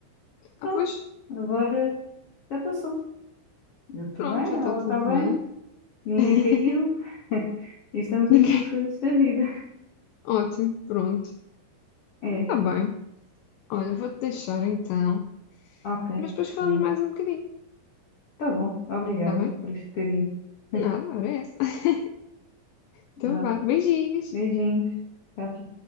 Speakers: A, on the left (about 80°); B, on the left (about 50°).
A: Ah,
B: Pronto,
A: pois,
B: agora já passou. Eu estou
A: pronto,
B: bem,
A: já está
B: ela
A: tudo
B: está bem,
A: bem.
B: ninguém
A: <laughs>
B: caiu. <laughs> Estamos
A: Ninguém.
B: aqui felizes da vida.
A: Ótimo, pronto.
B: É,
A: Está bem. Olha, vou-te deixar então.
B: ok.
A: Mas depois falamos
B: Olha,
A: mais um bocadinho.
B: tá bom. Obrigada
A: Está bem?
B: por este bocadinho. <laughs>
A: Nada, era essa. <laughs> Então
B: Vá,
A: vá, beijinhos.
B: beijinhos. Tchau, tchau.